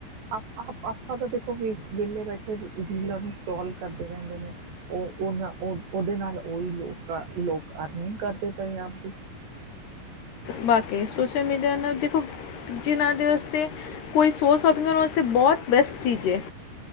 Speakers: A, on the right; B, on the left.
A: ਆਪ ਆਪਾਂ ਤਾਂ ਦੇਖੋ ਵੀ ਵਿਹਲੇ ਬੈਠੇ ਰੀਲਾਂ ਨੂੰ ਸਕਰੋਲ ਕਰਦੇ ਰਹਿੰਦੇ ਨੇ ਔ ਔਨਾਂ ਔ ਉਹਦੇ ਨਾਲ ਔਹੀ ਲੋਕ ਲੋਕ ਅਰਨਿੰਗ ਕਰਦੇ ਪਏ ਆਪਦੀ।
B: ਬਾਕੀ ਸੋਸ਼ਲ ਮੀਡੀਆ ਨਾਲ ਦੇਖੋ, ਜਿਨ੍ਹਾਂ ਦੇ ਵਾਸਤੇ ਕੋਈ ਸੋਰਸ ਔਫ ਨਹੀਂ ਉਹਨਾਂ ਵਾਸਤੇ ਬਹੁਤ ਬੈਸਟ ਚੀਜ਼ ਏ।